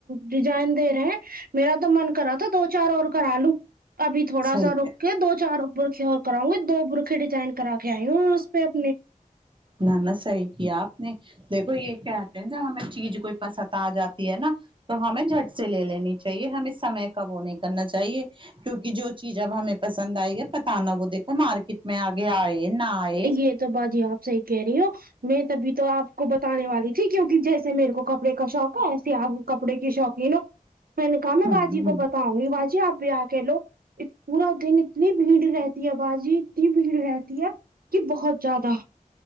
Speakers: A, on the right; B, on the right.
A: ڈیزائن دے رہے ہیں میرا تو من کرا تھا دو چار اور کرا لوں ابھی تو تھوڑا
B: صحیح
A: سا رک
B: ہے
A: کے دو چار برقہ اور کراؤں گی دو برقہ ڈیزائن کرا کے آئی ہوں اس پہ اپنے
B: نہ نہ صحیح کیا آپ نے دیکھو یہ کہتے ہیں جب ہمیں چیز کوئی پسند آ جاتی ہے نا تو ہمیں جھٹ سے لے لینی چاہیے ہمیں سمے کا وہ نہیں کرنا چاہیے کیونکہ جو چیز اب ہمیں پسند آئی ہے پت نا وہ دیکھو مارکیٹ میں آگے آئے نہ آئے
A: یہ تو باجی آپ صحیح کہہ رہی ہو میں تبھی تو آپ کو بتانے والی تھی کیونکہ جیسے جسے میرے کو کپڑے کا شوق ہے ایے آپ کپڑے کی شوقین ہو میں نے کہا میں
B: ہوں
A: باجی
B: ہوں
A: کو بتاؤ گی باجی آپ آ کہ لو اس پورا دن اتنی بھیڑ رہتی ہے باجی اتنی بھیڑ رہتی ہے کہ بہت زیادہ